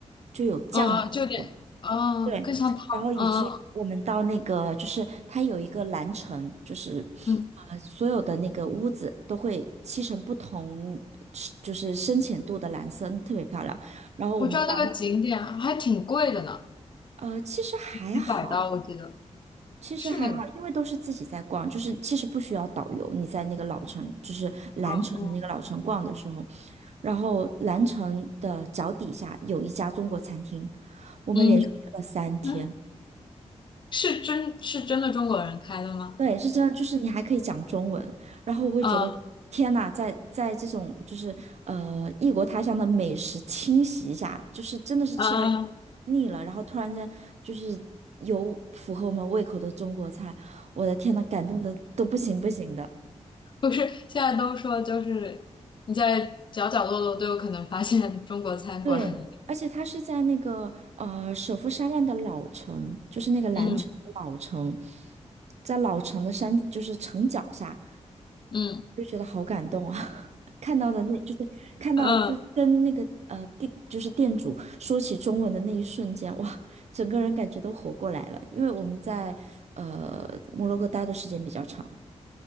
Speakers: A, on the right; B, on the left.
A: 就有酱的那种。
B: 嗯，就有点嗯，
A: 对，
B: 更像汤。
A: 然后以至于我们到那个，
B: 嗯
A: 就是它有一个蓝城，就是
B: 嗯，
A: 呃，所有的那个屋子都会漆成不同，就是深浅度的蓝色，特别漂亮。然后我们到，
B: 我知道那个景点啊还挺贵的呢，
A: 呃，其实还好，
B: 几百刀我记得
A: 其实还好，
B: 是那个吗？
A: 因为都是自己在逛，就是其实不需要导游。你在那个老城，就是蓝城的那个老城逛的时候，
B: 嗯
A: 然后蓝城的脚底下有一家中国餐厅，我们连续去了三天。
B: 嗯嗯，<laughs> 是真是真的中国人开的吗？
A: 对，是真的，就是你还可以讲中文，然后我会觉得，
B: 啊
A: 天呐，在在这种就是呃异国他乡的美食侵袭下，就是真的是吃的
B: 啊。
A: 腻了，然后突然间就是有符合我们胃口的中国菜，我的天呐，感动的都不行不行的。
B: <laughs> 不是，现在都说就是你在角角落落都有可能发现中国餐馆。
A: 对，
B: <laughs>
A: 而且他是在那个呃首富山万的老城，就是那个蓝城的老城，
B: 嗯
A: 在老城的山就是城脚下，
B: 嗯
A: 就觉得好感动啊。看到的那，就是看到就是跟那个呃店就是店主说起中文的那一瞬间，
B: 嗯，
A: 哇，整个人感觉都活过来了。因为我们在呃摩洛哥待的时间比较长，